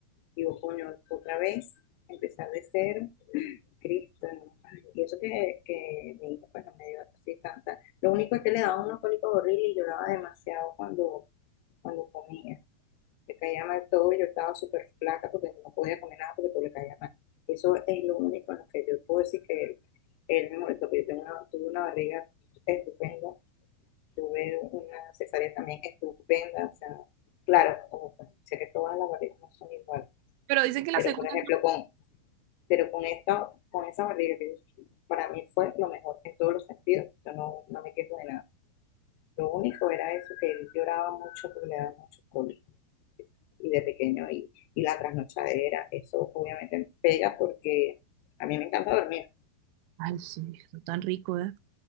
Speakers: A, on the left; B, on the right.
A: Digo, coño, otra vez, empezar de cero, Cristo. ¿no? Ay, Y eso que, que mi hijo pues no me dio así tanta. Lo único es que le daba unos cólicos horribles y lloraba demasiado cuando, cuando comía. Le caía mal todo y yo estaba súper flaca porque no podía comer nada porque todo le caía mal. Eso es lo único en lo que yo puedo decir que él, él me molestó, porque yo tengo una- tuve una barriga estupenda, tuve una cesárea también estupenda. O sea, claro, como sé que todas las barrigas no son iguales,
B: Pero dicen que la
A: pero
B: segunda...
A: por ejemplo, con, pero con esta, con esa barriga que yo sentí, para mí fue lo mejor en todos los sentidos. Yo no, no me quejo de nada. Lo único era eso, que él lloraba mucho porque le daba mucho cólico y de pequeño y, y la trasnochadera, eso obviamente me pega porque a mí me encanta dormir.
B: Ay, sí, no tan rico, ¿eh?